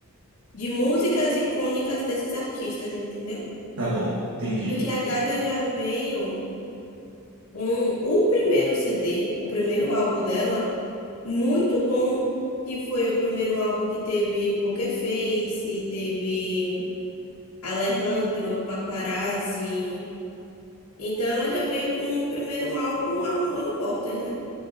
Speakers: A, on the left (about 85°); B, on the right (about 65°).
A: de músicas icônicas desses artistas, entendeu?
B: Tá bom, entendi.
A: Porque a Gaga já veio com o primeiro CD, o primeiro álbum dela, muito bom, que foi o primeiro álbum que teve Poker Face, teve Alejandro, Paparazzi. Então ela já veio com o primeiro álbum arrombando portas, né?